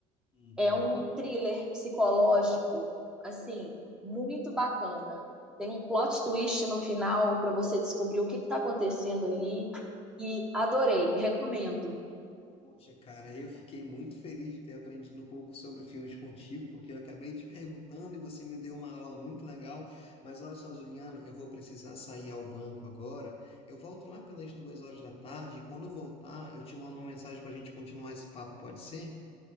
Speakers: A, on the left; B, in the centre.
A: Uhum.
B: É um thriller psicológico, assim, muito bacana. Tem um plot twist no final para você descobrir o que está acontecendo ali. E adorei, recomendo.
A: Poxa, cara, eu fiquei muito feliz de ter aprendido um pouco sobre filmes contigo, porque eu acabei te perguntando e você me deu uma aula muito legal. Mas olha só, Juliana, eu vou precisar sair ao banco agora. Eu volto lá pelas duas horas da tarde e quando eu voltar, eu te mando uma mensagem para a gente continuar esse papo, pode ser?